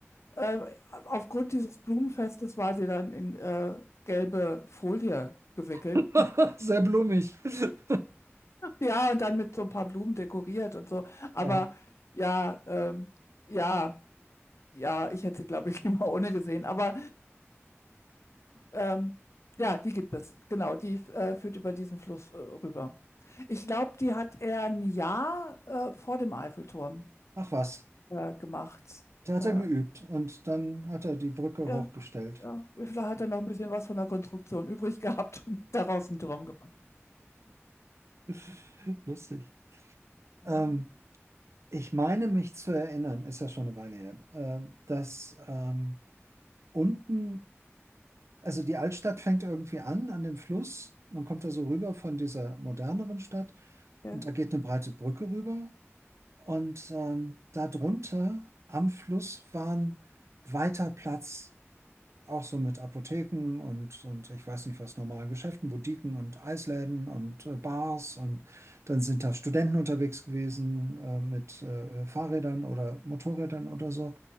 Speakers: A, on the left; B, on the right.
A: äh, aufgrund dieses Blumenfestes war sie dann in, äh, gelbe Folie gewickelt.
B: <laughs> Sehr blumig. <laughs>
A: Ja, und dann mit so ein paar Blumen dekoriert und so. Aber
B: Ja,
A: ja, ähm, ja, ja, ich hätte sie, glaube ich, <laughs> lieber ohne gesehen. Aber, ähm, ja, die gibt es. Genau, die äh, führt über diesen Fluss, äh, rüber. Ich glaube, die hat er ein Jahr äh, vor dem Eiffelturm
B: ach was.
A: äh, gemacht.
B: Da hat
A: Äh,
B: er geübt und dann hat er die Brücke
A: ja,
B: hochgestellt.
A: ja. Da hat er noch ein bisschen was von der Konstruktion übrig gehabt und <laughs> daraus einen Turm gemacht.
B: <laughs> Lustig.
A: Mhm.
B: Ähm, ich meine mich zu erinnern, ist ja schon eine Weile her, ähm, dass ähm, unten, also die Altstadt fängt irgendwie an, an dem Fluss. Man kommt da so rüber von dieser moderneren Stadt
A: Ja.
B: und da geht eine breite Brücke rüber. Und ähm, darunter am Fluss war ein weiter Platz. Auch so mit Apotheken und, und ich weiß nicht was, normalen Geschäften, Boutiquen und Eisläden und äh, Bars. Und dann sind da Studenten unterwegs gewesen äh, mit äh, Fahrrädern oder Motorrädern oder so.